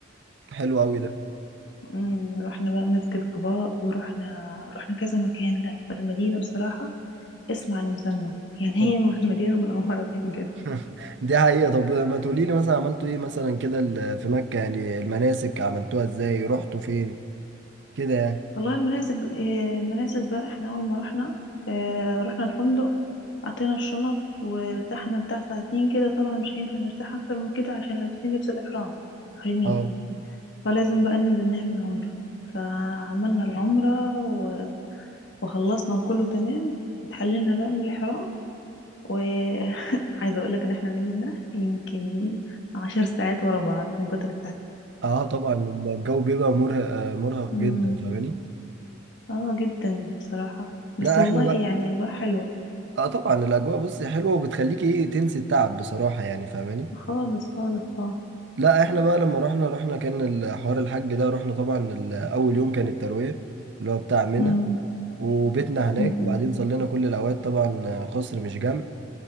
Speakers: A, on the right (about 60°); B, on the left (about 60°).
A: حلو قوي ده
B: مم، رحنا بقى مسجد قباء ورحنا رحنا كذا مكان لا المدينة بصراحة اسم على مسمى يعني هي
A: طب
B: م- <laughs> مدينة منورة بجد
A: <laughs> دي حقيقه طب ما تقولي لي مثلا عملتوا ايه مثلا كده ال- في مكه يعني المناسك عملتوها ازاي رحتوا فين كده يعني
B: والله المناسب آه، المناسب بقى احنا أول ما رحنا آه، رحنا الفندق أعطينا الشنط وارتحنا بتاع ساعتين كده طبعا مش هينفع نرتاح أكتر من كده عشان لابسين لبس الإحرام محرمين
A: اه
B: فلازم بقى ننزل نعمل عمرة فعملنا العمرة و- وخلصنا وكله تمام اتحللنا بقى من الإحرام وعايزة <laughs> أقولك إن احنا نمنا يمكن عشر ساعات ورا بعض من كتر
A: اه طبعا الجو بيبقى مرهق آه، مرهق جدا
B: التعب
A: فاهماني
B: اه جدا بصراحة بس
A: لا
B: والله
A: احنا بقى
B: يعني أجواء حلوة
A: اه طبعا الاجواء بصي حلوه وبتخليك ايه تنسي التعب بصراحه يعني فاهماني
B: خالص خالص اه
A: لا احنا بقى لما رحنا رحنا كان الحوار الحج ده رحنا طبعا ال- اول يوم كان الترويه اللي هو بتاع منى
B: أمم،
A: وبيتنا هناك
B: أمم.
A: وبعدين صلينا كل الاوقات طبعا آه، قصر مش جامع